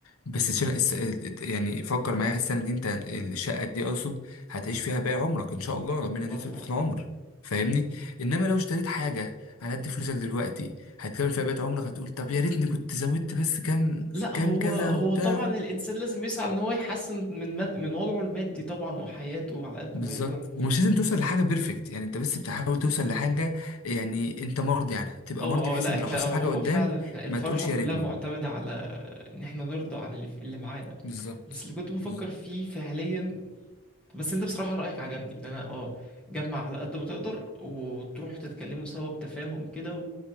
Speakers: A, on the left; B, in the centre.
A: بس السنه الس- يعني فكر معايا السنه دي انت الشقه دي اقصد هتعيش فيها باقي عمرك ان شاء الله ربنا يديك
B: صح
A: طول
B: اه
A: العمر فاهمني انما لو اشتريت حاجه على قد فلوسك دلوقتي هتكمل فيها بقيت عمرك هتقول طب يا ريتني كنت زودت بس كام
B: لا
A: كام
B: هو
A: كذا
B: هو
A: وبتاع
B: طبعا الانسان لازم يسعى ان هو يحسن من من من وضعه المادي طبعا وحياته على قد
A: بالظبط
B: ما يقدر
A: ومش لازم توصل لحاجه بيرفكت يعني انت بس بتحاول توصل لحاجه يعني انت مرضي عنها تبقى
B: اه
A: مرضي بحيث
B: اه لا
A: ان
B: احنا
A: لو حصل
B: هو
A: حاجه قدام
B: فعلا احنا الفرحة
A: ما تقولش
B: كلها
A: يا ريتني
B: معتمدة على ان احنا نرضى عن اللي, اللي معانا
A: بالظبط
B: بس اللي كنت بفكر
A: بالظبط
B: فيه فعليا بس انت بصراحة رأيك عجبني ان انا اه جمع على قد ما تقدر وتروحوا تتكلموا سوا بتفاهم كده و...